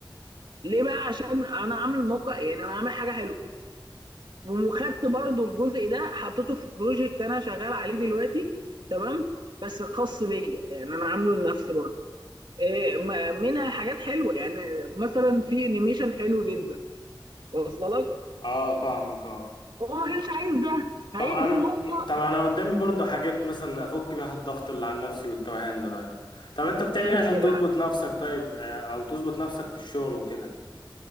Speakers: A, on the right (about 65°); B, on the left (about 70°).
A: ليه بقى عشان انا عامل موقع يعني انا عامل حاجه حلوه وخدت برضو الجزء ده حطيته في بروجكت انا شغال عليه دلوقتي تمام بس خاص بيا يعني انا عامله لنفسي برضه إيه ما- منها حاجات حلوه يعني مثلا في انيميشن حلو جدا واصله لك
B: اه فاهمك اه
A: هو ما كانش عايز ده فهي
B: طب انا
A: دي النقطه
B: طب انا قدامي برضه حاجات مثلا افك بيها الضغط اللي على نفسي والتوهان ده طيب طب انت بتعمل
A: ايه
B: ايه عشان
A: هي
B: تضبط
A: بقى
B: نفسك طيب آه، او تظبط نفسك في الشغل وكده